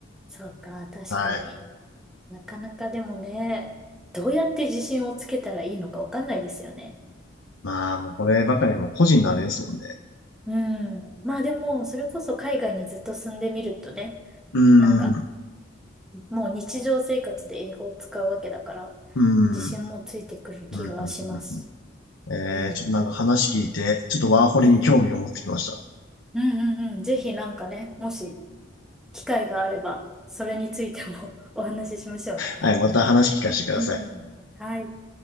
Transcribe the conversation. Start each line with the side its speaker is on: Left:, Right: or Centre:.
Centre: そうか、確かに
Left: はい。
Centre: なかなかでもね、どうやって自信をつけたらいいのかわかんないですよね。
Left: まあ、もうこればかりはもう個人のあれですもんね。
Centre: うん。まあでも、それこそ海外にずっと住んでみるとね、
Left: う
Centre: なんか、
Left: ん。
Centre: もう日常生活で英語を使うわけだから、
Left: うん。
Centre: 自信もついてくる気がします。
Left: うんうんうんえー、
Centre: うん。
Left: ちょっとなんか話聞いて、ちょっとワーホリに興味を持ってきました。
Centre: うん。うんうんうん。ぜひなんかね、もし機会があれば、それについても <laughs> お話ししましょう。
Left: はい、また話聞かせてください。
Centre: うんうん。はい。